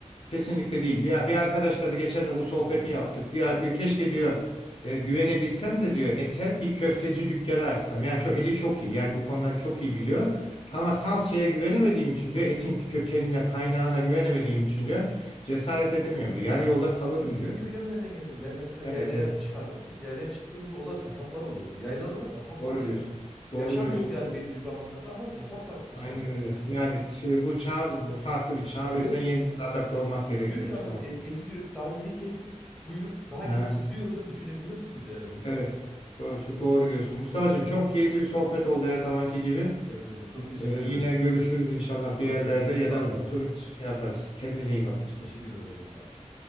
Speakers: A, on the left; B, in the centre.
A: Kesinlikle değil. Ya bir arkadaşla da geçen de bu sohbeti yaptık. Ya diyor keşke diyor e, güvenebilsem de diyor ete bir köfteci dükkanı açsam. Yani çok eli çok iyi. Yani bu konuları çok iyi biliyor. Ama salçaya güvenemediğim için diyor etin kökenine, kaynağına güvenemediğim için diyor cesaret edemiyorum diyor. Yarı yolda
B: Bi-
A: kalırım
B: Bilmiyor
A: diyor.
B: ki hocam nereden geldiğini. Ben mesela yaylaya
A: Evet evet.
B: çıkardık biz. Yaylaya çıktığımızda orada kasaplar olurdu. Yaylada da kasap
A: Doğru
B: var ya.
A: diyorsun. Doğru
B: Yaşam
A: diyorsun.
B: yok yani belli zamanlarda ama kasap var içeride.
A: Aynen öyle. Yani şey bu çağ farklı bir çağ.
B: Evet
A: O yüzden yeniden adapte olmak gerekiyor
B: diyor ki
A: Mustafa.
B: adam et, eti diyor daha yeni kestik. Buyur. Daha
A: Ha.
B: et titriyor hocam. Düşünebiliyor musunuz yani bunu?
A: Evet. Doğru, çok doğru diyorsun. Mustafa'cığım
B: <laughs>
A: çok keyifli bir sohbet oldu her zamanki gibi.
B: Evet hocam çok teşekkür
A: Ee,
B: ederim.
A: yine görüşürüz inşallah bir
B: O
A: yerlerde
B: sohbeti
A: ya
B: sağ
A: da
B: olun
A: oturup
B: hocam.
A: şey yaparız. Kendine iyi bak Mustafa.
B: Teşekkür ederim hocam sağ olun.